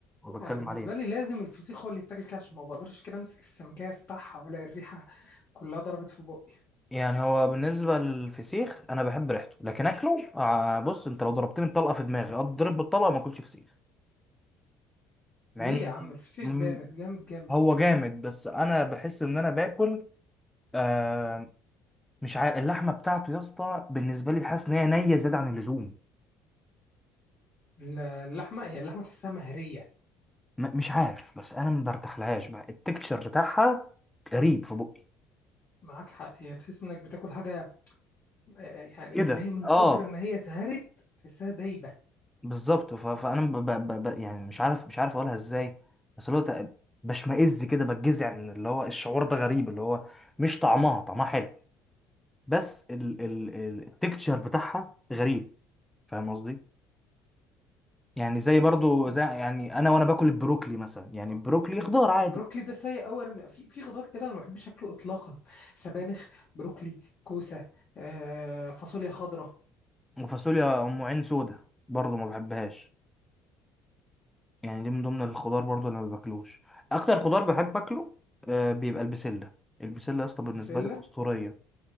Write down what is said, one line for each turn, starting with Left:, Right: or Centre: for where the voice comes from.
Centre: أنا بتكلم
Left: انا بالنسبه
Centre: عليه
Left: لي لازم الفسيخ هو اللي يتاكل كده عشان ما بقدرش كده امسك السمكيه افتحها ولا الريحه كلها ضربت في بقي
Centre: يعني هو بالنسبة للفسيخ أنا بحب ريحته لكن أكله آه بص أنت لو ضربتني بطلقة في دماغي أضرب بالطلقة ما أكلش فسيخ مع
Left: ليه
Centre: إن
Left: يا عم الفسيخ
Centre: م-
Left: جامد جامد جامد
Centre: هو جامد بس أنا بحس إن أنا باكل آه مش عارف اللحمة بتاعته يا اسطى بالنسبة لي حاسس إن هي نية زيادة عن اللزوم
Left: ال- اللحمة هي اللحمة تحسها مهرية
Centre: م- مش عارف بس أنا ما برتاحلهاش بقى التكتشر بتاعها غريب في بقي
Left: معاك حق هي تحس انك بتاكل حاجة آه، يعني
Centre: كده
Left: اللي هي من كتر
Centre: اه
Left: ما هي اتهرت تحسها دايبة
Centre: بالظبط ف- فانا ب... ب... ب... يعني مش عارف مش عارف اقولها ازاي بس اللي هو تق- بشمئز كده بتجزع من اللي هو الشعور ده غريب اللي هو مش طعمها طعمها حلو بس ال... ال... ال- التكتشر بتاعها غريب فاهم قصدي يعني زي برضو
Left: فاهمك
Centre: زي يعني انا وانا باكل البروكلي مثلا يعني البروكلي خضار عادي
Left: بروكلي ده سيء أوي أنا ب- في في خضار كده أنا ما بحبش أكله إطلاقا سبانخ بروكلي كوسة آه فاصوليا خضراء
Centre: وفاصوليا ام عين سودا برضو ما بحبهاش يعني دي من ضمن الخضار برضو اللي ما باكلوش اكتر خضار بحب اكله آه، بيبقى البسله البسله يا اسطى بالنسبه
Left: البسلة
Centre: لي اسطوريه